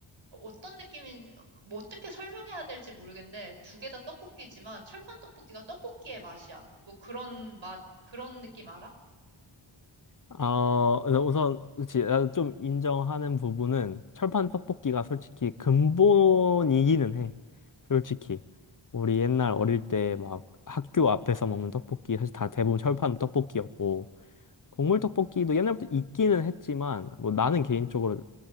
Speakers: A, on the right; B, on the left.
A: 어, 어떤 느낌인, 뭐 어떻게 설명해야 될지 모르겠는데, 두 개 다 떡볶이지만 철판 떡볶이가 떡볶이의 맛이야. 뭐 그런 맛, 그런 느낌 알아?
B: 어, 근데 우선 그치. 나도 좀 인정하는 부분은 철판 떡볶이가 솔직히 근본이기는 해. 솔직히 우리 옛날 어릴 때 막 학교 앞에서 먹는 떡볶이 사실 다 대부분 철판 떡볶이였고. 국물 떡볶이도 옛날부터 있기는 했지만 뭐 나는 개인적으로